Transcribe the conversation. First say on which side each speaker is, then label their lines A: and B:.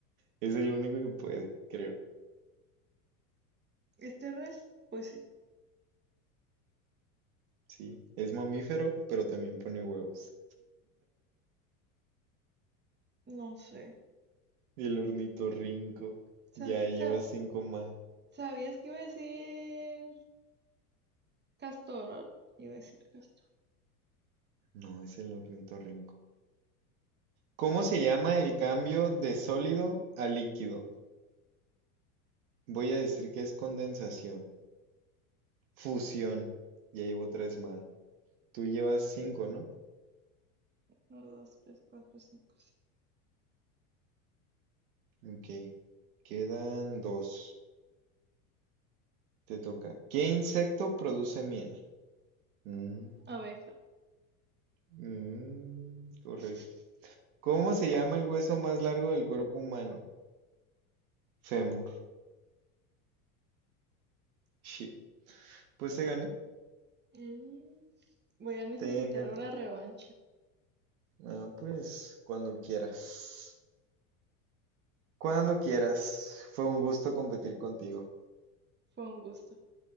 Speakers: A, on the right; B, on the right.
A: Es el único que puede, creo.
B: Este res, pues sí,
A: Sí. Es mamífero, pero también pone huevos.
B: no sé.
A: Y el ornitorrinco.
B: Sab-
A: Ya lleva
B: sa-
A: cinco más.
B: ¿Sabías que iba a decir castor? ¿Va? Iba a decir castor.
A: No, es el ornitorrinco. ¿Cómo se llama el cambio de sólido a líquido? Voy a decir que es condensación. Fusión. Ya llevo tres mal. Tú llevas cinco, ¿no?
B: Uno, dos, tres, cuatro, cinco, seis.
A: Ok. Quedan dos. Te toca. ¿Qué insecto produce miel? Mm,
B: Abeja.
A: mm, correcto.
B: <laughs>
A: ¿Cómo se llama el hueso más largo del cuerpo humano? Fémur. Shit. Pues te gané.
B: Mm, Voy a necesitar
A: Te gané.
B: una revancha.
A: Ah, pues cuando quieras. Cuando quieras. Fue un gusto competir contigo.
B: Fue un gusto.